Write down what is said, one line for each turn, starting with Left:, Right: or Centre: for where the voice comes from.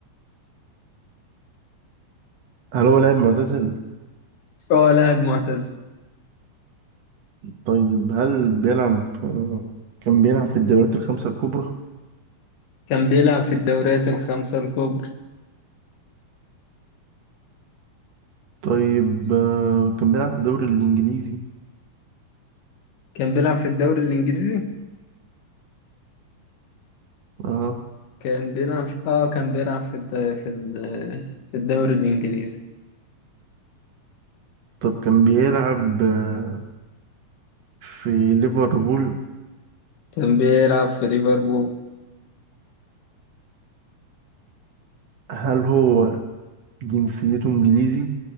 Right: هل هو لاعب معتزل
Left: اه لاعب معتز
Right: طيب هل بيلعب آه، كان بيلعب في الدوريات الخمسة الكبرى
Left: كان بيلعب في الدوريات الخمسه الكبرى
Right: طيب آه، كان بيلعب في الدوري الإنجليزي
Left: كان بيلعب في الدوري الإنجليزي
Right: اه
Left: كان بيلعب في... آه كان بيلعب في الد... في ال... في الدوري الإنجليزي
Right: طب كان بيلعب آه، في ليفربول
Left: كان بيلعب في ليفربول
Right: هل هو جنسيته إنجليزي